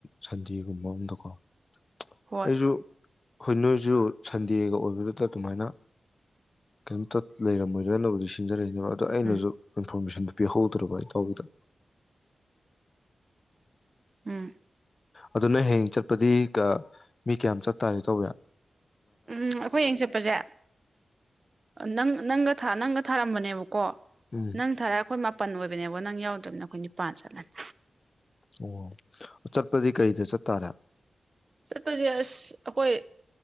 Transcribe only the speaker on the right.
ꯍꯣꯏ
ꯎꯝ
ꯎꯝ
ꯎꯝ ꯑꯩꯈꯣꯏ ꯍꯡ ꯆꯠꯄꯁꯦ ꯅꯪ ꯅꯪꯒ ꯅꯪꯒ ꯊꯥꯔꯝꯕꯅꯦꯕꯀꯣ
ꯅꯪ ꯊꯔꯦ ꯑꯩꯈꯣꯏ ꯃꯥꯄꯟ ꯑꯣꯏꯕꯅꯦꯕ ꯅꯪ ꯌꯥꯎꯗ꯭ꯔꯃꯤꯅ ꯑꯩꯈꯣꯏ ꯅꯤꯄꯥꯥꯟ ꯆꯠꯂꯅꯤ
ꯆꯠꯄꯁꯦ ꯑꯁ ꯑꯩꯈꯣꯏ